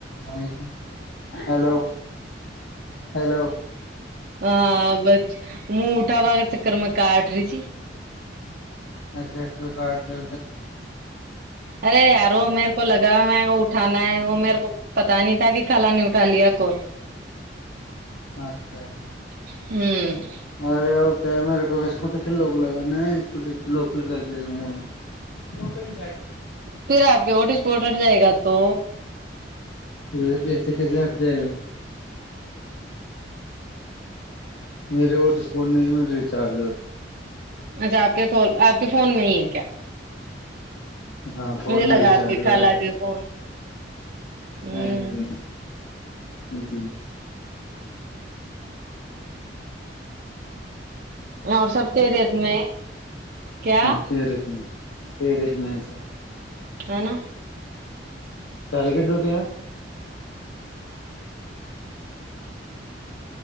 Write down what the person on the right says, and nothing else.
ہاں بچ م اٹھا بغگر چکر میں کاٹریچ
ارے یارو امیر کو لگا میں وہ اٹھانا ہے وہ میرے کو پتا نہیں تھا کہ کھال نہیں اٹھا لیا کون
ہوں
پھر آپ کے ہوٹ اسپٹٹ ہٹ جائے گا تو
اچھا آپ کے کول آپ کے فون میں ہی ہے کیا
مجھے
لگا
آپ کے
خالہ
کے فون ہوں
اور سب خیریت میں کیا
ہے نا